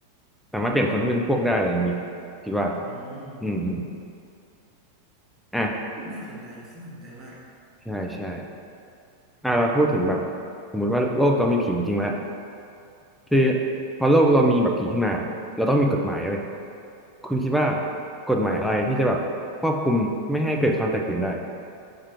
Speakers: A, in the centre; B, on the right.
A: สามารถเปลี่ยนคนที่เป็นพวกได้อะไรอย่างนี้คิดว่า
B: อืม
A: อืมอืมอ่ะ
B: เออน่าสนใจน่าสนใจมาก
A: ใช่ใช่อ่ะเราพูดถึงแบบสมมติว่าโลกเรามีผีจริงๆมาแล้ว คือพอโลกเรามีแบบผีขึ้นมาเราต้องมีกฎหมายเว้ยคุณคิดว่ากฎหมายอะไรที่จะแบบควบคุมไม่ให้เกิดความแตกตื่นได้